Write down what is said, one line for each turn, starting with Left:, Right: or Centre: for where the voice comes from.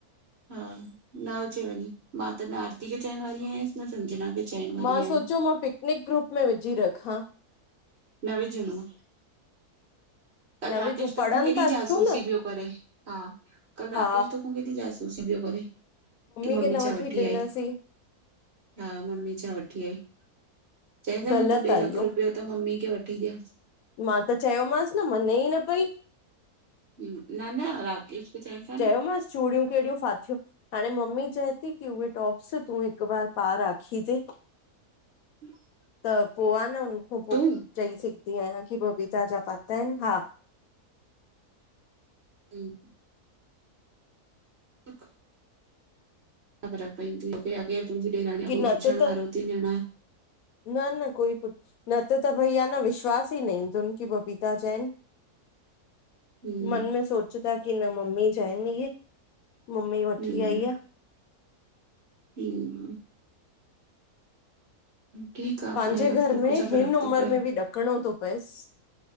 Right: हा न अचे वञी मां त न आरती खे चवण वारी आयस न संजना खे। चइण वारी
Left: मां
Right: आयमि
Left: सोचियो मां पिकनिक ग्रुप में विझी रखा।
Right: न विझ हून में। कल
Left: न
Right: राकेश
Left: विझूं
Right: तो
Left: पढ़नि
Right: खूं केॾी
Left: था थियूं
Right: जासूसी
Left: न
Right: पियो करे हा कल
Left: हा
Right: राकेश तो खूं केॾी जासू सी पियो करे। की मम्मी
Left: खे न
Right: छा वठी
Left: ॾिनसीं
Right: आई हा मम्मी छा वठी आई? चई हा
Left: ग़लति
Right: न तूं ॾे
Left: आ
Right: लख
Left: इहो
Right: रुपियो त मम्मी खे वठी ॾया।
Left: मां त चयोमांस न मञे ई न पई।
Right: हा न-न राकेश खे चइनि था
Left: चयोमस
Right: न
Left: चूड़ियूं कहिड़ियूं फाथियूं हाणे मम्मी चए थी की उहे टॉप्स तूं हिक बार पार राखी ते
Right: <inaudible>
Left: त पोइ आहे न हुननखां पोइ
Right: तूं
Left: चई सघंदी आहियां की बबीचा जा पाता आहिन हा।
Right: <inaudible> हिकु। छा फर्क पवंदी हु की केरु तुंहिंजी ॾेराणी
Left: की
Right: कोई
Left: न
Right: पुछण
Left: त त
Right: वारो अथी ही न।
Left: न- न कोई पुछ न त त भैया न विश्वास ई न ईदोन की बबीता जा आहिन।
Right: हम्म
Left: मन में सोच दा की न मम्मी जाइन इये। मम्मी वठी
Right: हम्म
Left: आई आ।
Right: हम्म। ठीक आहे
Left: पंहिंजे
Right: पाए रखो
Left: घर में
Right: कुझफ़र्क़
Left: हिन उमिरि
Right: थो पए।
Left: में बि ॾकणो थो पएसि